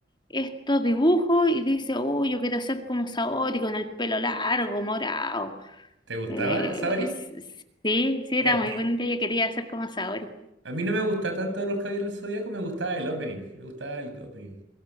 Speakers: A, on the left (about 25°); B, on the right (about 75°).
A: estos dibujos y dice, uy, yo quiero ser como Saori con el pelo largo, morado.
B: ¿te gustaba,
A: Eh,
B: Sabri?
A: s- s- sí, sí,
B: Fíjate,
A: era muy bonita, yo quería ser como Saori.
B: A mí no me gustaba tanto los Caballeros del Zodíaco, me gustaba el opening. Me gustaba el opening.